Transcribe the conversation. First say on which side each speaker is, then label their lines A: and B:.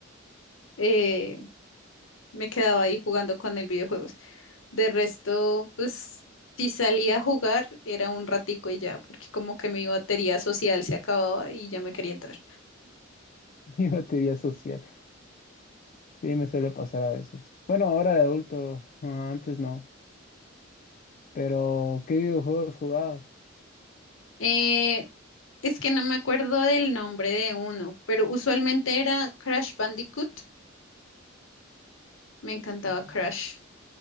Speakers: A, on the left; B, on the left.
A: eh, me quedaba ahí jugando con el videojuegos. De resto, pues si salía a jugar era un ratico y ya, porque como que mi batería social se acababa y ya me quería entrar.
B: <laughs> Mi batería social. Sí, me suele pasar a veces. Bueno, ahora de adulto, no, antes no. Pero, ¿qué videojuegos jugabas?
A: Eh, es que no me acuerdo del nombre de uno, pero usualmente era Crash Bandicoot. Me encantaba
B: Mm,
A: Crash,